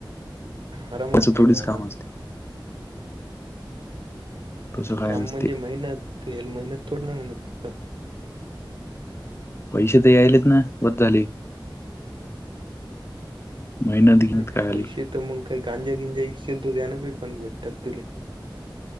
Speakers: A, on the right (about 75°); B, on the left (about 30°).
A: आराम
B: त्याच
A: असते
B: थोडीच
A: ते आराम
B: काम असते. तसं काय
A: काम
B: नसते.
A: म्हणजे महिन्यात येल महिन्यात थोड ना म्हणत
B: पैसे तेयले ना बस झाले. मेहनत घेण्यात
A: पैसे
B: काय आली.
A: तर मग काही गांजा गिंजा इशल त द्याना प पण भेटतात तु